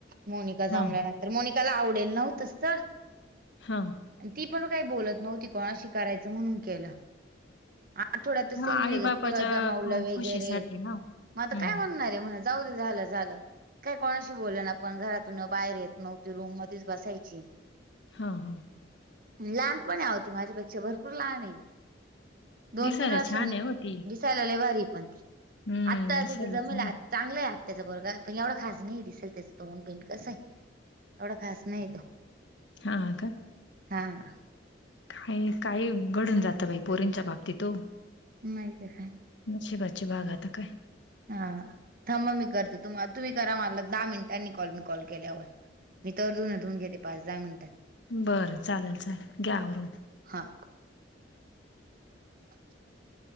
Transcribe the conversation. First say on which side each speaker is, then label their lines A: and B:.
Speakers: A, on the right; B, on the left.
A: मोनिका जमल्या
B: हां,
A: ना. तर मोनिकाला आवडेल नव्हत स्थळ.
B: हां.
A: ती पण काही बोलत नव्हती कोणाशी कायचं म्हणून केलं आठवड्यात सनी
B: हां, आई-बापाच्या
A: लगे सगळं जमावलं
B: क
A: वगैरे
B: खुशीसाठी ना.
A: मग आता
B: हं.
A: काय म्हणणार. ते म्हणले जाऊ दे झालं झालं. काय कोणाशी बोललं ना आपण घरातून बाहेर येत नव्हती रूम मध्येच बसायची.
B: हा हा.
A: लहानपण आहे आहों ती माझ्यापेक्षा भरपूर लहान आहे. दोन
B: दिसायला
A: तीन वर्षांनी
B: छान आहे ओ ती.
A: दिसायला लय भारी पण ती
B: हं,
A: आता
B: दिसायला
A: तिथ जमेल.
B: छान आहे.
A: चांगलंय आात्याच पोरगा पण एवढा खास नाही दिसेल त्याचं तोंड बिंड कसं आहे. एवढं खास नाही तो
B: हा हा का.
A: हा.
B: आणि काही घडून जातं बाई पोरीनच्या बाबती ओ
A: नाही तर काय.
B: नशिबची बाग आता काय
A: हा थांब मी करते तु तुम्ही करा मला दहा मिनिटांनी कॉल मी कॉल केल्यावर मी तर अजून धून घेते पाच दहा मिनिटा
B: बरं चालल चालल घ्या आवरून.
A: हा <inaudible>